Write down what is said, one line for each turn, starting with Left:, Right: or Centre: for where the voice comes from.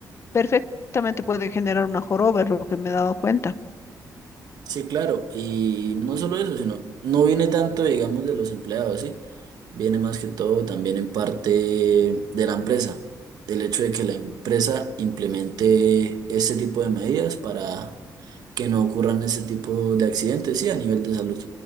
Left: perfectamente pueden generar una joroba, es lo que me he dado cuenta.
Right: Sí, claro, y no solo eso, sino no viene tanto, digamos, de los empleados, ¿sí? Viene más que todo también en parte de la empresa, del hecho de que la empresa implemente este tipo de medidas para que no ocurran ese tipo de accidentes, sí, a nivel de salud.